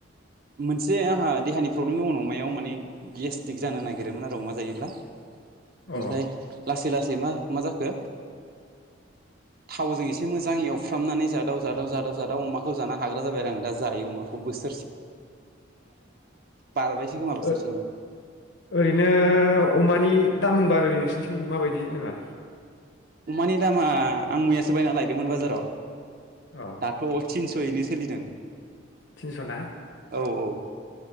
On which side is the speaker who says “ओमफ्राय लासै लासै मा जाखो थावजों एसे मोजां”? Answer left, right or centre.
Right